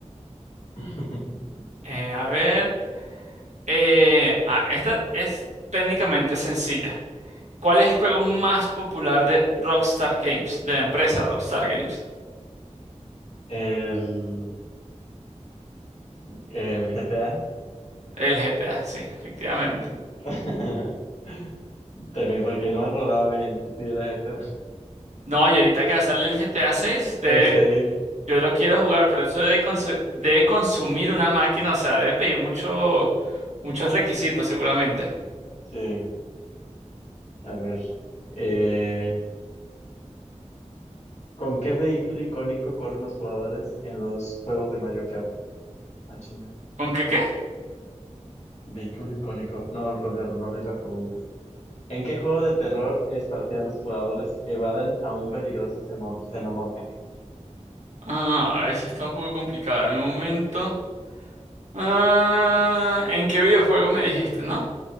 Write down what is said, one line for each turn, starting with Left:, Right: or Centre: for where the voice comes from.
Left: <laughs>
Right: Eh, a ver. eh, ah, esta es técnicamente sencilla. ¿Cuál es el juego más popular de Rockstar Games? De la empresa Rockstar Games.
Left: El El GTA.
Right: El GTA, sí, efectivamente.
Left: <laughs> Temí porque no me acordaba bien si era ese.
Right: No, y ahorita que va a salir el GTA 6,
Left: <laughs> El seis,
Right: Yo lo quiero jugar, pero eso debe, consu- debe consumir una máquina, o sea, debe pedir mucho, muchos requisitos seguramente.
Left: Sí, a ver. Eh, ¿con qué vehículo icónico corren los jugadores en los juegos de Mario Kart? Ah, chinga.
Right: ¿Con qué qué?
Left: Vehículo icónico. No, olvidaron, no leí la pregunta. ¿En qué juego de terror espacial los jugadores evaden a un peligroso xeno- xenomorfo?
Right: Ah, eso está un poco complicado en el momento. Ah, ¿en qué videojuego me dijiste, no?